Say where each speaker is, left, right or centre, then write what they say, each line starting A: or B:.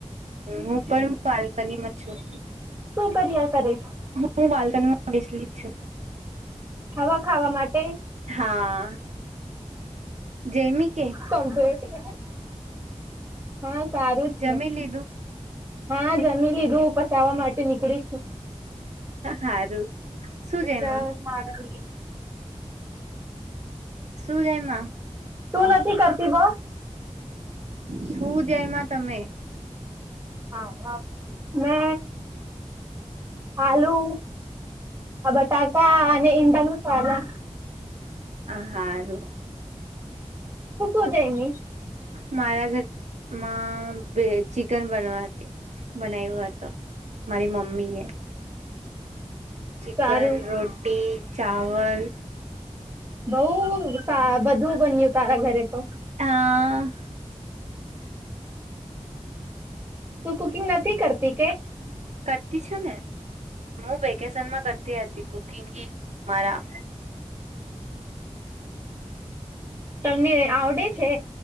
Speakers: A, on the right; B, on the right.
A: હમ પણ બાલ્કનીમાં છું.
B: કરીયા કરે.
A: હું બાલ્કનીમાં બેસેલી જ છું.
B: હવા ખાવા માટે
A: હા જયમી કે?
B: કમ્પ્યુટર? હા સારું છે
A: જમી લીધું?
B: હા જમી લીધું પચાવવા માટે નીકળી છું.
A: હારું
B: <inaudible>
A: શું જયમાં શું જયમાં
B: તું નથી કરતી વોક?
A: શું જયમા તમે?
B: હા હા મે આલુ બટાકા અને ઈંડા નું સેલેડ
A: આ હારું.
B: મૂકું જઈમી
A: મારા ઘર માં બે ચિકન બનવાથી બનાવ્યું હતો મારી મમ્મીએ. ચિકન,
B: સારું
A: રોટી ચાવલ
B: બઉ તા બધું બન્યું તારા ઘરે તો.
A: અ
B: તું કુકિંગ નથી કરતી કે?
A: કરતી છું ને. મું વે કેશનમાં કરતી હતી કુકિંગ મારા
B: તમને આવડે છે?